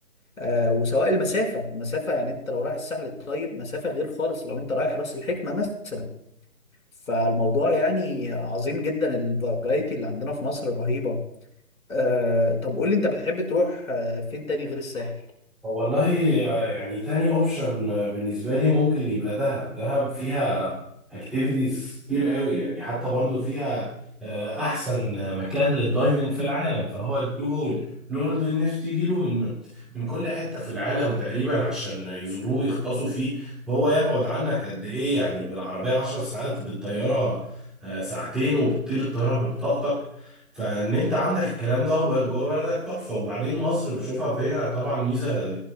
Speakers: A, on the left; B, in the centre.
A: آه وسواء المسافة المسافة يعني انت لو رايح الساحل الطيب مسافة غير خالص لو انت رايح راس الحكمة مثلا فالموضوع يعني عظيم جدا الفرايتي اللي عندنا في مصر رهيبة آه طب قول لي انت بتحب تروح آه فين تاني غير الساحل
B: والله يعني تاني اوبشن بالنسبة لي ممكن يبقى دهب دهب فيها اكتيفيتيز كتير قوي يعني حتى برضو فيها آه، احسن مكان للدايفنج في العالم فهو البلو هول البلو هول ده الناس تيجي له من من كل حتة في العالم تقريبا عشان يزوروه ويغطسوا فيه وهو يبعد عنك قد ايه يعني بالعربية 10 ساعات بالطيارة آه، ساعتين وبتطير الطيارة ببطاقتك فان انت عندك الكلام ده جوه جوه بلدك تحفه وبعدين مصر بشوفها فيها طبعا ميزه